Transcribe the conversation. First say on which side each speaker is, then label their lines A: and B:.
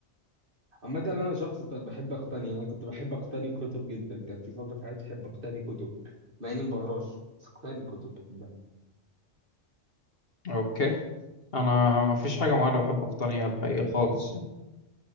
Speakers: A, on the right; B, on the left.
A: عامة أنا شخص بت- بحب أقتني يعني كنت بحب أقتني كتب جدا كان في فترة في حياتي بحب أقتني كتب مع إني ما بقراش بس أقتني كتب بحبها
B: اوكي انا ما فيش حاجة معينة بحب اقتنيها الحقيقة خالص يعني